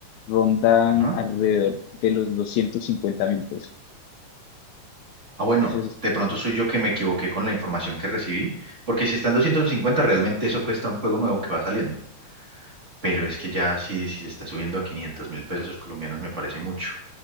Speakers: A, on the left; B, on the right.
A: rondan
B: Ajá.
A: alrededor de los doscientos cincuenta mil pesos.
B: Ah, bueno,
A: Eso es,
B: de pronto soy yo que me equivoqué con la información que recibí, porque si está en 250, realmente eso cuesta un juego nuevo que va saliendo. Pero es que ya sí, si se está subiendo a quinientos mil pesos colombianos me parece mucho.